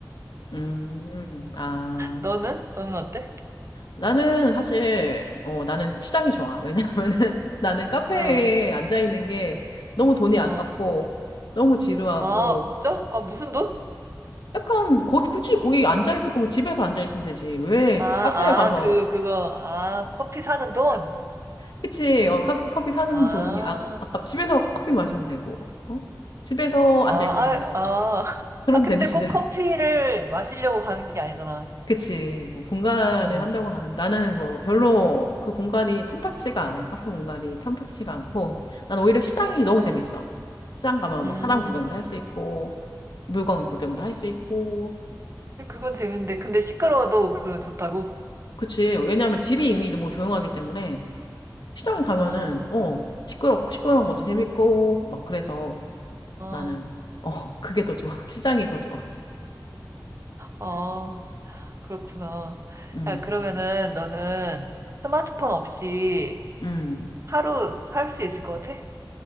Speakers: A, on the left; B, on the right.
A: 음, 아.
B: 너는? 너는 어때?
A: 나는 사실, 어, 나는 시장이 좋아. 왜냐면은 <laughs> 나는 카페에
B: 어,
A: 앉아있는 게 너무 돈이 아깝고,
B: 어.
A: 너무 지루하고,
B: 아, 진짜? 아, 무슨 돈?
A: 약간, 거- 굳이 거기 앉아있을 거면 집에서 앉아있으면 되지. 왜
B: 아, 아,
A: 카페에 가서
B: 그, 그거, 아, 커피 사는 돈?
A: 그치, 어, 컵- 커피 사는
B: 아,
A: 돈이 아, 아깝, 집에서 커피 마시면 되고, 어? 집에서
B: 아,
A: 앉아있으면
B: 아,
A: 되고,
B: 아.
A: 그런
B: 아, 근데
A: 되는데.
B: 꼭 커피를
A: <laughs>
B: 마시려고 가는 게 아니잖아.
A: 그치, 뭐, 공간을
B: 어,
A: 한다고 하는, 나는 뭐, 별로 그 공간이 탐탁지가 않아. 카페 공간이 탐탁지가 않고, 난 오히려 시장이 너무 재밌어. 시장 가면
B: 음,
A: 막 사람 구경도 할 수 있고, 물건 구경도 할 수 있고,
B: 그건 재밌는데. 근데 시끄러워도 그거 좋다고?
A: 그치. 왜냐하면 집이 이미 너무 조용하기 때문에, 시장에 가면은,
B: 아,
A: 어, 시끄럽, 시끄러운 것도 재밌고, 막 그래서,
B: 어,
A: 나는 어 <laughs> 그게 더 좋아. 시장이 더 좋아.
B: 어, 그렇구나.
A: 음,
B: 야, 그러면은 너는 스마트폰 없이
A: 음.
B: 하루 살 수 있을 것 같아?